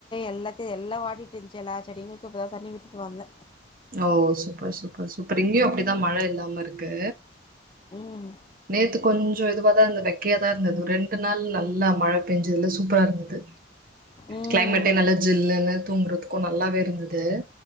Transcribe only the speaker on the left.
எல்லாத்தையு எல்லா வாடிட்டு ருந்துச்சு எல்லா செடிங்களுக்கு இப்போததண்ணி விட்டுட்டு வந்த
ம்
ம்